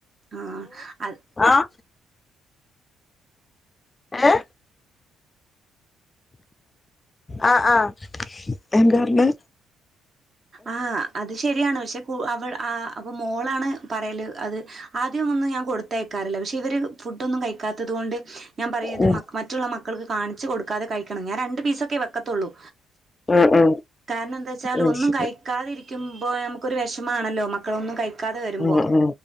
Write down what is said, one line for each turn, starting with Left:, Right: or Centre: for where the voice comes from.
Right: ആഹ്‌ അത്
Left: ആഹ്‌ ഏഹ്‌ ആഹ്‌ ആഹ്‌ എന്തറ്ഞ്ഞെ?
Right: ആഹ്‌ അത് ശരിയാണ് പഷെ കൂ അവൾ ആ അപ്പൊ മോളാണ് പറയല് അത് ആദ്യം ഒന്നും ഞാൻ കൊട് ത്തെയക്കാറില്ല പക്ഷെ ഇവര് ഫുഡ്ഡൊന്നും കഴിക്കാത്തത് കൊണ്ട് ഞാൻ പറയുത്
Left: ഉം
Right: മ മറ്റുള്ളമക്കൾക്ക് കാണിച്ച് കൊടുക്കാതെ കഴിക്കണം ഞാരണ്ട് പീസൊക്കെ വെ ക്കത്തൊള്ളൂ.
Left: ആ ആ
Right: കാര്ണന്താച്ചാൽ
Left: അത്
Right: ഒന്നും
Left: ശരി
Right: കഴി ക്കാതിരിക്കുമ്പോ നമുക്കൊരു വെഷമാണല്ലോ മ ക്കളൊന്നുംകഴിക്കാതെ വരുമ്പോ,
Left: ആ ആ